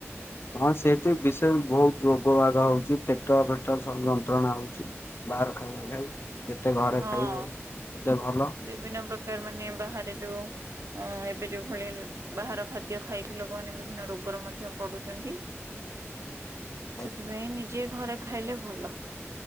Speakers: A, on the left; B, on the right.
A: ହଁ! ସେ ବିଶେ------ହୁତ୍ ରୋଗ ବାଗ ହଉଚି, ପେଟ ଫେଟ ସ ଯନ୍ତ୍ରଣା ହଉଚି। ବାହାର ଖାଇବା ଖାଇ, ଯେତେ ଘରେ
B: ହଁ
A: ଖାଇବେ ତେ ଭଲ।
B: ବିଭିନ୍ନ ପ୍ରକାର୍ ମାନେ ବାହାରେ ଯଉ ଏବେ ଯଉ ଭଳି ବାହାର ଖାଦ୍ୟ ଖାଇକି, ଲୋକମାନେ ବିଭିନ୍ନ ରୋଗର ମଧ୍ୟ ପଡୁଚନ୍ତି।
A: ହୁଁ ହୁଁ ହୁଁ ହୁଁ <inaudible>
B: ସେଥି ପାଇଁ ନିଜେ ଘରେ ଖାଇଲେ ଭଲ।